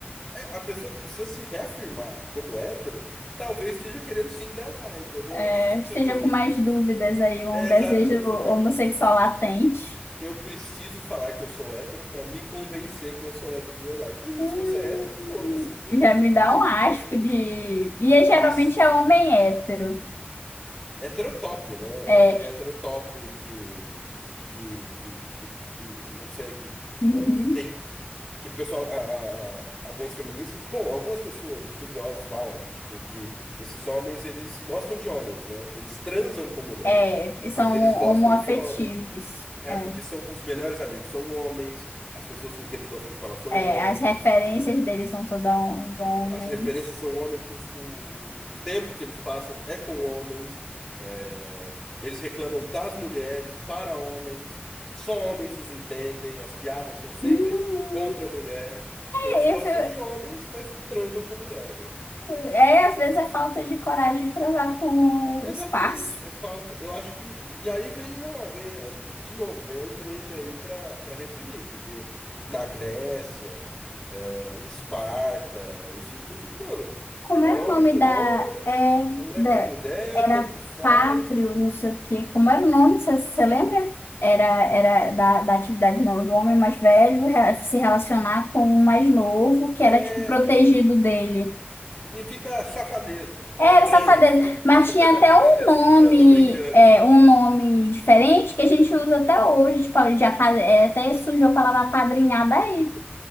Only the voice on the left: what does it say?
É,
Esteja
com mais dúvidas aí, um
desejo
homossexual
latente.
Hum,
Já
me dá
um asco
de. E é, geralmente
é homem hétero.
É.
<laughs>
É, eles
são
homoafetivos.
É,
É,
as referências
deles são todos os homens.
Hum,
é,
eu, fui- é,
é, às vezes é falta de coragem de transar com
os pais.
Como
era
o nome
da,
é,
da
era
pátrio,
não sei o quê. Como era o nome, você lembra? Era, era da, da atividade do homem mais velho re- se relacionar com o mais novo, que era
tipo protegido
dele.
Era
safadeza,
mas tinha até um nome,
é, um nome diferente que a gente usa até hoje, tipo, já, pa- é, até surgiu a palavra apadrinhada aí.